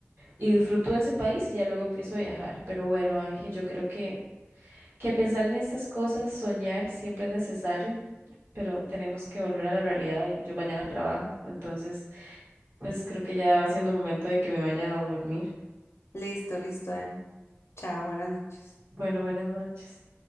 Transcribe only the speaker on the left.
Listo, listo, Em. Chao, buenas noches.